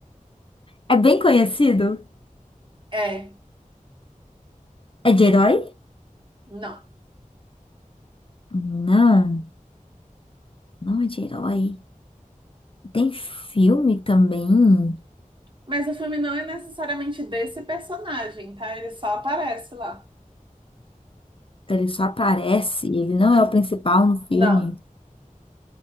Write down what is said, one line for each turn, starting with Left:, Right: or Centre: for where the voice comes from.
Left: É bem conhecido?
Right: É,
Left: É de herói?
Right: não.
Left: Não, não é de herói. Tem filme também.
Right: Mas o filme não é necessariamente desse personagem, tá? Ele só aparece lá.
Left: que Ele só aparece, ele não é o principal no filme.
Right: Não.